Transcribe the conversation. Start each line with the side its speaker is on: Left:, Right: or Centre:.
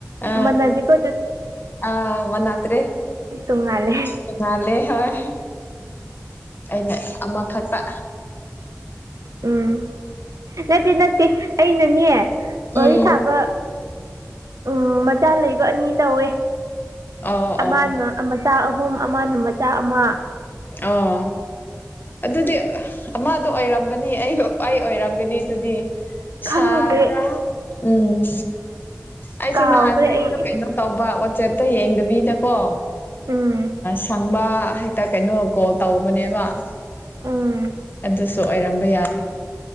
Left: ꯑ
Right: ꯃꯥꯟꯅꯗꯦꯀꯣ
Left: ꯑ ꯃꯥꯟꯅꯗꯔ꯭ꯦ
Right: ꯇꯣꯉꯥꯜꯂꯦ
Left: ꯇꯣꯉꯥꯜꯂꯦ ꯍꯣꯏ ꯑꯩꯅ ꯑꯃꯈꯛꯇ
Right: ꯎꯝ ꯅꯠꯇꯦ ꯅꯠꯇꯦ ꯑꯩꯅꯅꯦ ꯋꯥꯔꯤ
Left: ꯎꯝ
Right: ꯁꯥꯕ ꯎꯝ ꯃꯆꯥ ꯂꯩꯕ ꯑꯅꯤ ꯇꯧꯋꯦ
Left: ꯑꯣ
Right: ꯑꯃꯅ
Left: ꯑꯣ
Right: ꯃꯆꯥ ꯑꯍꯨꯝ ꯑꯃꯅ ꯃꯆꯥ ꯑꯃ
Left: ꯑꯣ ꯑꯗꯨꯗꯤ ꯑꯃꯗꯣ ꯑꯣꯏꯔꯝꯒꯅꯤ ꯑꯩ ꯑꯩ ꯑꯣꯏꯔꯝꯒꯅꯤ ꯑꯗꯨꯗꯤ ꯁꯥꯕ꯭ꯔꯥ
Right: ꯈꯪꯗ꯭ꯔꯦ
Left: ꯎꯝ ꯑꯩꯁꯨ
Right: ꯀꯥꯎꯈ꯭ꯔꯦ
Left: ꯅꯍꯥꯟ ꯑꯩꯗꯣ
Right: ꯑꯩ
Left: ꯀꯩꯅꯣ ꯇꯧꯕ ꯋꯥꯆꯦꯞꯇ ꯌꯦꯡꯗꯕꯤꯗꯀꯣ
Right: ꯎꯝ
Left: ꯁꯪꯕ ꯀꯩꯅꯣ ꯀꯣꯜ ꯇꯧꯕꯅꯦꯕꯥ꯫
Right: ꯎꯝ꯫
Left: ꯑꯗꯨꯁꯨ ꯑꯣꯏꯔꯝꯕ ꯌꯥꯏ꯫